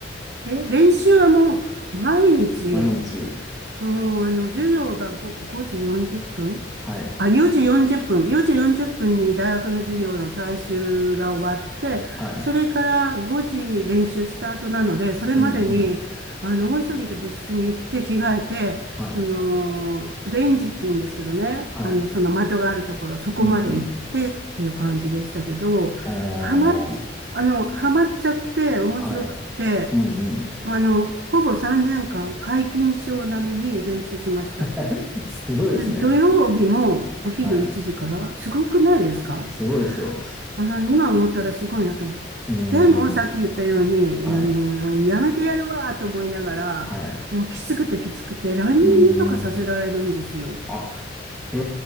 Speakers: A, on the right (about 60°); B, in the centre.
A: え、練習はもう毎日、
B: 毎日。
A: もうあの、授業が5、5時40分あ、
B: はい、
A: 4時40分。4時40分に大学の授業の最終が終わって、
B: はい、
A: それから5時練習スタートなので、それまでに、
B: うん、うん、
A: あの、大急ぎで部室に行って着替えて、
B: はい、
A: その、レンジって言うんですけどね、
B: はい、
A: あの、その的があるところ、そこまで行ってっていう感じでしたけど、
B: うん、うん。お
A: はまっ、
B: ー、
A: あの、はまっちゃって面白くって、
B: はい、うん、うん。
A: あの、ほぼ3年間、皆勤賞並みに練習しました。
B: <laughs> すごいですね。
A: で土曜日もお昼1時から、
B: はい。
A: すごくないですか
B: すごいですよ。
A: あの、今思ったらすごいなと思って。
B: うーん。
A: でも、さっき言ったように、
B: はい。
A: えーもうやめてやるわと思いながら、
B: はい。
A: もうきつくてきつくて、ランニングとかさせられるんですよ。
B: うーん。あ、え